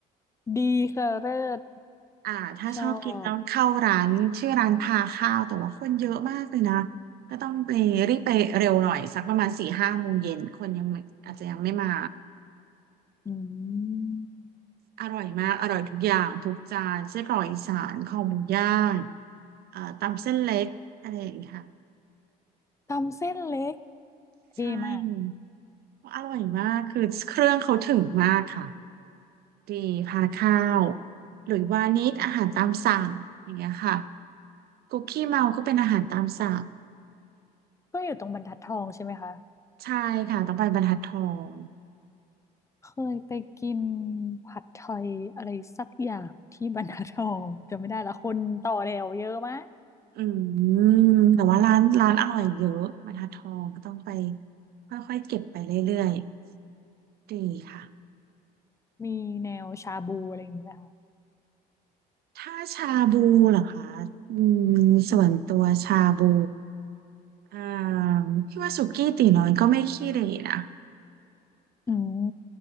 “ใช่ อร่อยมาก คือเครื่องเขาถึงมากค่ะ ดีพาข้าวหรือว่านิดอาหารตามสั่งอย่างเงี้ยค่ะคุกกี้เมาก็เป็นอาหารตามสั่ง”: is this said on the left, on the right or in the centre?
Right